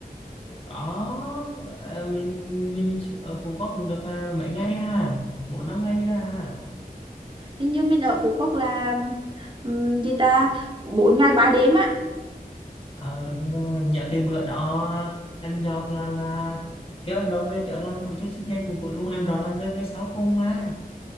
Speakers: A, on the left (about 40°); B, on the right (about 35°).
A: Đó à, Mình mình xuống- ở Phú Quốc cũng được à, mấy ngày ha Bốn năm ngày đó ha
B: hình như mình ở Phú Quốc là um, gì ta bốn ngày ba đêm á
A: Ờ, đúng rồi. Nhờ cái bữa đó Em Rọt là là Kêu em Rọt về trở làm tổ chức sinh nhật mà Cuối cùng em Rọt là người về sau cùng mà